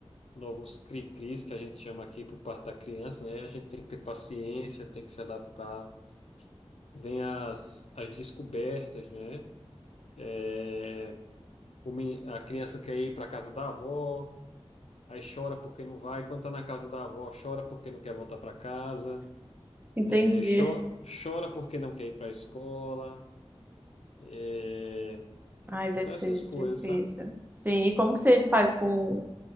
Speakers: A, on the left; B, on the right.
A: novos cri-cris que a gente chama aqui por parte da criança, né? A gente tem que ter paciência, tem que se adaptar. Vem as, as descobertas, né? É, o men- a criança quer ir para a casa da avó, aí chora porque não vai. Quando está na casa da avó, chora porque não quer voltar para casa,
B: entendi.
A: é, cho- chora porque não quer ir para a escola. É,
B: Ai, deve
A: são
B: ser
A: essas coisas,
B: difícil.
A: sabe?
B: Sim, e como que você faz com